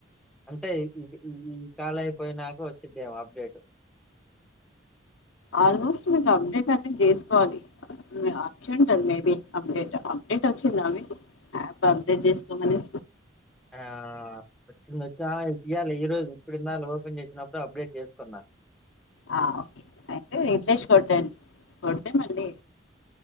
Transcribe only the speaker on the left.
ఆల్మోస్ట్ మీకు అప్డేట్ అన్ని చేసుకోవాలి అచ్చింటుంది మేబి అప్డేట్ అప్డేట్ వచ్చిందా మీకు యాప్ అప్డేట్ చేసుకోమని
ఆ ఓకే అయితే రీఫ్రెష్ కొట్టండి కొడ్తే మళ్ళీ